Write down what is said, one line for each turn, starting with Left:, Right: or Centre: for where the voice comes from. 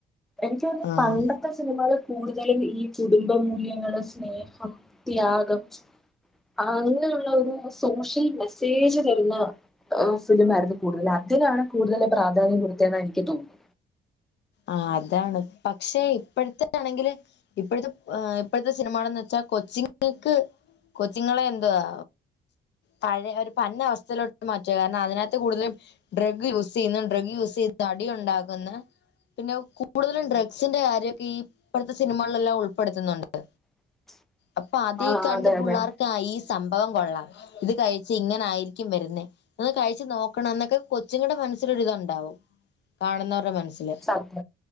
Centre: എനിക്ക്
Left: ആഹ്
Centre: പണ്ടെ ൻത്ത സിനിമകള് കൂടുതലും ഈ കുടുംബ മൂല്യങ്ങളുടെ സ്നേഹം ത്യാഗം. അങ്ങനെയുള്ള ഒരു സോഷ്യൽ മെസ്സേജ് തരുന്ന. ഫിലിമായിരുന്നു കൂടുതൽ അതിനാണ് കൂടുതൽ പ്രാധാന്യം കൊടുത്തതെന്ന് എനിക്ക് തോന്നുന്നു.
Left: ആഹ് അതാണ് പക്ഷെ ഇപ്പോഴത്താണെങ്കില്. ഇപ്പോഴത്തെ ഇപ്പോഴത്തെ സിനിമായാണെന്ന് വെച്ചാൽ കൊച്ചിങ്ങക്ക് കൊച്ചിങ്ങളെ എന്തവാ. പഴയ ഒരു വന്ന അവസ്ഥയിലോട്ട് മാറ്റുവ കാരണം അതിനകത്ത് കൂടുതലും. ഡ്രഗ് യൂസ് ചെയ്യുന്നു ഡ്രഗ് യൂസ് ചെയ്യുന്ന അടി ഇണ്ടാകുന്ന. പിന്നെ കൂടുതലും ഡ്രഗ്സിന്റെ കാര്യമൊക്കെ ഈ ഇപ്പോഴത്തെ സിനിമകളിലെല്ലാം ഉൾപ്പെടുത്തുന്നുണ്ട്.
Centre: <inaudible>
Left: അപ്പൊ അത്
Centre: ആ
Left: കണ്ട്
Centre: അതെ
Left: പിള്ളേർക്ക്
Centre: അതെ
Left: ഈ സംഭവം കൊള്ളാം. ഇത് കഴിച്ചാൽ ഇങ്ങനെ ആയിരിക്കും വരുന്നേ. അന്ന് കഴിച്ചു നോക്കണം എന്നൊക്കെ കൊച്ചുങ്ങളുടെ മനസ്സലൊരിത്ണ്ടാവും കാണുന്നവരുടെ മനസ്സിൽ.
Centre: സത്